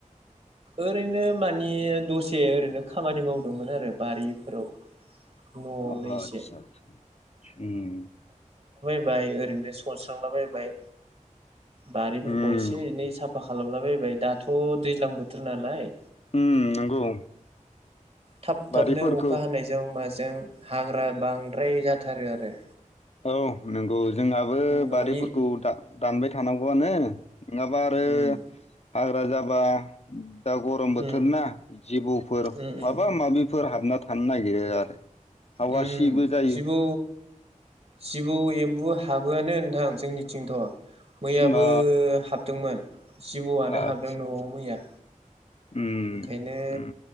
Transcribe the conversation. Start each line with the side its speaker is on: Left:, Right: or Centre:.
Right: ओरैनो मानि दसे ओरैनो खामानि मावदोंमोन आरो बारिफोराव न'आवनो
Left: अ
Right: एसे
Left: आतसा उम
Right: बाय ओरैनो सस्रांलाबायबाय बारिफोरखौ
Left: उम
Right: एसे एनै साफा खालाम <unintelligible> बायबाय दाथ' दैज्लां बोथोर नालाय
Left: उम नंगौ
Right: थाब
Left: बारिफोरखौ
Right: थाबनो अखा हानायजों माज जों हाग्रा बांद्राय जाथारो आरो
Left: औ नोंगौ जोंहाबो
Right: न'नि
Left: बारिफोरखौ दा दानबाय थानांगौआनो नङाबा आरो
Right: उम
Left: हाग्रा जाबा दा गरम बोथोर
Right: उम
Left: ना जिबौफोर
Right: उम उम
Left: माबा माबिफोर हाबना थानो नागिरो आरो हावासिबो
Right: उम
Left: जायो
Right: जिबौ जिबौ एम्बु हा थाबोआनो नोंथां जोंनिथिंथ' मैयाबो
Left: अ
Right: हाबदोंमोन जिबौआनो
Left: आदसा
Right: हाबदों न'आव
Left: आदसा
Right: मैया
Left: उम
Right: ओंखायनो
Left: उम